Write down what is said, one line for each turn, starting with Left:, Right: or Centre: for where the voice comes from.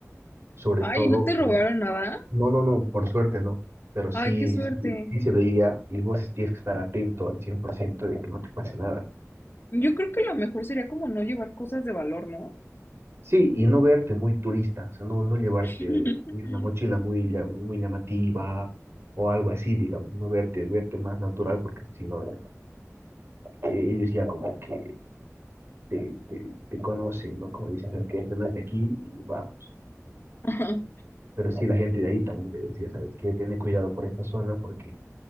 Right: Sobre
Left: Ay,
Right: todo,
Left: ¿no te robaron
Right: por-
Left: nada?
Right: no, no, no, por suerte no, pero sí,
Left: Ay, qué suerte.
Right: sí, sí se veía y vos tienes que estar atento al 100% de que no te pase nada.
Left: Yo creo que lo mejor sería como no llevar cosas de valor, ¿no?
Right: Sí, y no verte muy turista, o sea, no, no llevarte
Left: <laughs>
Right: ni una mochila muy, llam- muy llamativa o algo así, digamos, no verte, verte más natural porque si no, eh, ellos ya como que te, te, te conocen, ¿no? Como dicen, sabes que este no es de aquí y vamos.
Left: Ajá.
Right: Pero sí, la gente de ahí también te decía, sabes que tiene cuidado por esta zona porque